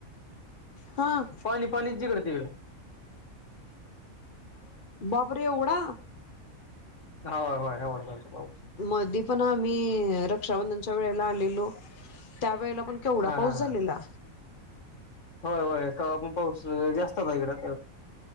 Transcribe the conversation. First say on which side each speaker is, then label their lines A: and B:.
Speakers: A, on the left; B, on the left.
A: हा
B: पाणी पाणी जिकड तिकडं.
A: बापरे एवढा.
B: होय होय होय एवढा झालता. पाऊस
A: मध्ये पण आम्ही रक्षाबंधनच्या वेळेला आलेलो. त्या वेळेला पण केवढा
B: हा
A: पाऊस
B: हा
A: झालेला.
B: हा होय होय तवा पण पाऊस जास्तच आहे इकडे